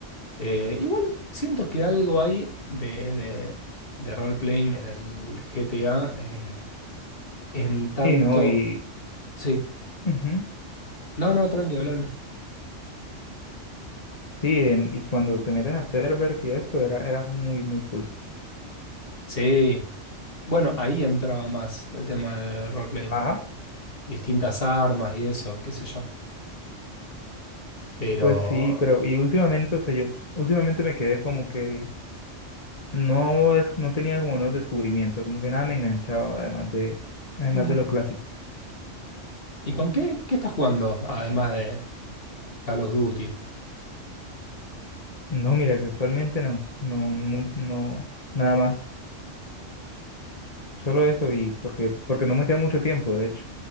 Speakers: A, on the left; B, on the left.
A: Eh, igual siento que algo hay de, de, de role-playing en el GTA. eh, en tanto.
B: Y no, y...
A: Sí.
B: ujú.
A: No, no, tranquilo, hablalo.
B: Sí, en- y cuando te metes a servers y eso, era, era muy, muy cool.
A: Sí. Bueno, ahí entraba más el tema del role-playing.
B: Ajá,
A: Distintas armas y eso, qué sé yo. Pero.
B: pues sí, pero y últimamente, o sea, yo últimamente me quedé como que no, es, no tenía como nuevos descubrimientos, como que nada me enganchaba, además de, además
A: mm,
B: de lo clásico.
A: ¿Y con qué? ¿Qué estás jugando? Además de Call of Duty.
B: No, mira, que actualmente no, no, mu- no, nada más, solo eso y porque, porque no me queda mucho tiempo, de hecho.